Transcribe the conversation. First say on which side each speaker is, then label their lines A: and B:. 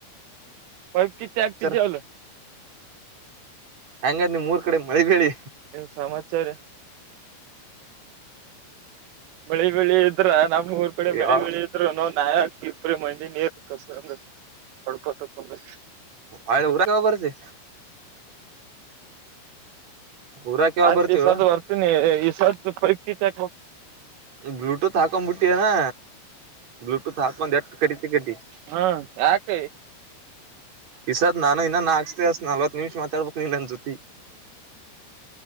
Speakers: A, on the right (about 80°); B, on the right (about 35°).
A: ಪೈಪ್ ಕಿತ್ತ ಆಗಟ
B: ಸರ
A: ದೇವಲ್ಲ
B: ಹಂಗಾದ್ ನಿಮ್ ಮೂರ್ ಕಡೆ ಮಳಿಬೇಿ
A: ಏ ಸಮಾಚಾರ ಮಳೆ ಬೆಳಿ ಇದ್ರ ನಮ್ಮ್ ಊರ್ ಕಡೆ
B: ಯಾವ
A: ಮಳೆ ಬೆಳಿ ನಾವು ನಾಯ ಕಿರ್ಪ್ರೀ ಮಣಂಡಿ ನೀೇತ್ ಕಸ ಅಂದ್ರೆ ಹೊಡ್ಕೋತಂದ್ರೆ
B: ಅವಳೆ ಊರ ಬರ್ಸಿ ಊರಾಕ ಯಾವಾಗ
A: ಆಯ್ತ್
B: ಬರ್ತೀವ
A: ಈ ಸದ ಬರ್ತೀನಿ ಈ ಸತ್ ಪೈಪ್ ಕಿಟ್ ಹಾಕ್ಬೇಕು
B: ಬ್ಲೂಟೂತ್ ಹಾಕೊ್ ಬಿಿಟ್ಟಿ ಅನಾ ಬ್ಲೂಟೂತ್ ಹಾಕೊಂಡ್ ಎಟ್ಟ ಕಟ್ಟತಿ ಕಟ್ಟಿ
A: ಹ್ಮ ಯಾಕ
B: ಈಸಾದ ನಾನು ಇನ್ನಾಕ್ಸ್ತ ಅಸ್ ನಲ್ವತ್ ನಿಮಿಷ ಮಾತಾಡ್ಬೇಕು ನೀನ್ ನನ್ ಜೊತಿ